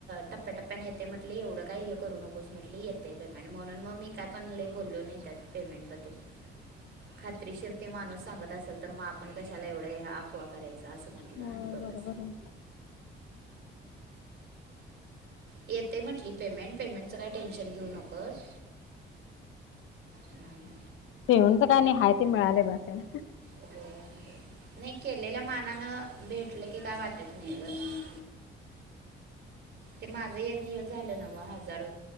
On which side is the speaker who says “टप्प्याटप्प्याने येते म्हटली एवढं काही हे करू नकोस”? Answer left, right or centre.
Right